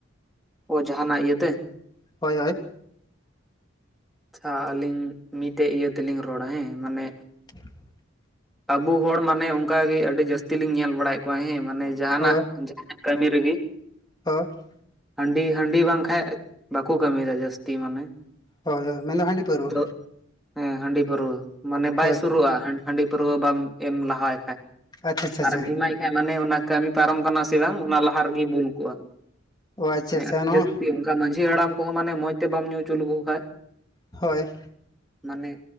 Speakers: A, in the centre; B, on the left (about 20°).
A: ᱚ ᱡᱟᱦᱟᱱᱟᱜ ᱤᱭᱟᱹᱛᱮ
B: ᱦᱳᱭ ᱦᱳᱭ
A: ᱟᱪᱪᱷᱟ ᱟᱹᱞᱤᱧ ᱢᱤᱫᱴᱮᱡ ᱤᱭᱟᱹ ᱛᱮᱞᱤᱧ ᱨᱚᱲᱟ ᱦᱮᱸ ᱢᱟᱱᱮ
B: <inaudible>
A: ᱟᱵᱩ ᱦᱚᱲ ᱢᱟᱱᱮ ᱚᱱᱠᱟᱜᱮ ᱟᱹᱰᱤ ᱡᱟᱹᱥᱛᱤ ᱞᱤᱧ ᱧᱮᱞ ᱵᱟᱲᱟᱭᱮᱫ ᱠᱚᱣᱟ ᱦᱮᱸ ᱢᱟᱱᱮ ᱡᱟᱦᱟᱱᱟᱜ
B: ᱦᱳᱭ
A: ᱠᱟᱹᱢᱤ ᱨᱮᱜᱤ
B: <unintelligible>
A: ᱦᱟᱺᱰᱤ ᱦᱟᱺᱰᱤ ᱵᱟᱝᱠᱷᱟᱡ ᱵᱟᱠᱚ ᱠᱟᱹᱢᱤᱭᱮᱫᱟ ᱡᱟᱹᱥᱛᱤ ᱢᱟᱱᱮ
B: ᱦᱳᱭ ᱦᱳᱭ ᱢᱮᱱᱫᱟ ᱦᱟᱺᱰᱤ ᱯᱟᱹᱨᱣᱟᱹ
A: ᱛᱚ ᱦᱮᱸ ᱦᱟᱺᱰᱤ ᱯᱟᱹᱨᱣᱟᱹ ᱢᱟᱱᱮ ᱵᱟᱭ
B: ᱦᱳᱭ
A: ᱥᱩᱨᱩᱜᱼᱟ ᱦᱟᱺᱰᱤ ᱯᱟᱹᱨᱣᱟᱹ ᱵᱟᱢ ᱮᱢ ᱞᱟᱦᱟᱭ ᱠᱷᱟᱡ
B: ᱟᱪᱪᱷᱟ ᱟᱪᱪᱷᱟ ᱟᱪᱪᱷᱟ
A: ᱟᱨᱮᱢ ᱮᱢᱟᱭ ᱠᱷᱟᱡ ᱢᱟᱱᱮ ᱚᱱᱟ ᱠᱟᱹᱢᱤ ᱯᱟᱨᱚᱢ ᱠᱟᱱᱟ ᱥᱮ ᱵᱟᱝ ᱚᱱᱟ ᱞᱟᱦᱟ ᱨᱮᱜᱮ ᱵᱩᱞ ᱠᱚᱜᱼᱟ᱾
B: ᱚ ᱟᱪᱪᱷᱟ
A: ᱦᱮ
B: ᱟᱪᱪᱷᱟ ᱱᱚᱣᱟ
A: ᱡᱟᱥᱛᱤ ᱚᱱᱠᱟ ᱢᱟᱺᱡᱷᱤ ᱦᱟᱲᱟᱢ ᱠᱚᱦᱚ ᱢᱟᱱᱮ ᱢᱚᱡᱽ ᱛᱮ ᱵᱟᱢ ᱧᱩ ᱦᱚᱪᱚ ᱞᱮᱠᱚ ᱠᱷᱟᱡ
B: ᱦᱳᱭ
A: ᱢᱟᱱᱮ